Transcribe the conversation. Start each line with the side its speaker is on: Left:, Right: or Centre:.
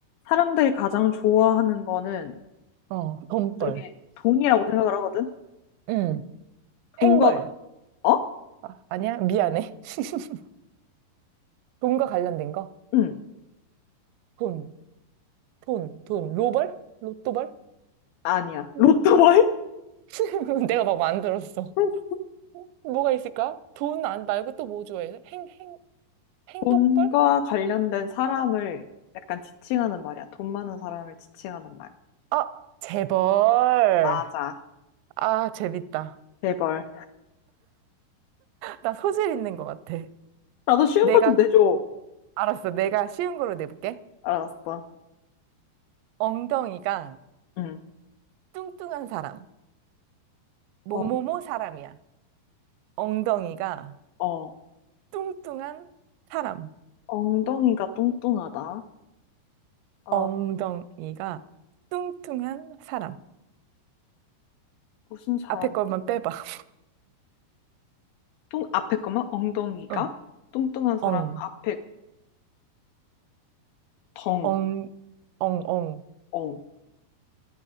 Left: 사람들이 가장 좋아하는 거는
Right: 어, 돈벌.
Left: 그중에 돈이라고 생각을 하거든?
Right: 음,
Left: 돈과,
Right: 행벌.
Left: 어?
Right: 아, 아니야? 미안해. <laughs> 돈과 관련된 거?
Left: 응,
Right: 돈, 돈, 돈. 로벌? 로또벌?
Left: 아니야.
Right: 뭐,
Left: 로또 말?
Right: <laughs> 내가 막 만들었어.
Left: <laughs>
Right: 뭐가 있을까? 돈 안 말고 또 뭐 좋아해? 행, 행, 행복벌?
Left: 돈과 관련된 사람을 약간 지칭하는 말이야. 돈 많은 사람을 지칭하는 말.
Right: 아, 재벌.
Left: 맞아.
Right: 아, 재밌다.
Left: 제벌
Right: 나 소질 있는 것 같아.
Left: 나도 쉬운
Right: 내가,
Left: 거 좀 내줘.
Right: 알았어. 내가 쉬운 걸로 내볼게.
Left: 알았어.
Right: 엉덩이가
Left: 응.
Right: 뚱뚱한 사람. 뭐뭐뭐
Left: 어,
Right: 사람이야. 엉덩이가
Left: 어.
Right: 뚱뚱한 사람.
Left: 엉덩이가 뚱뚱하다. 어,
Right: 엉덩이가 뚱뚱한 사람.
Left: 무슨 사람?
Right: 앞에 것만 빼봐. <laughs>
Left: 뚱, 앞에 거만 엉덩이가?
Right: 어.
Left: 뚱뚱한 사람
Right: 엉,
Left: 앞에 덩,
Right: 엉, 엉, 엉.
Left: 엉.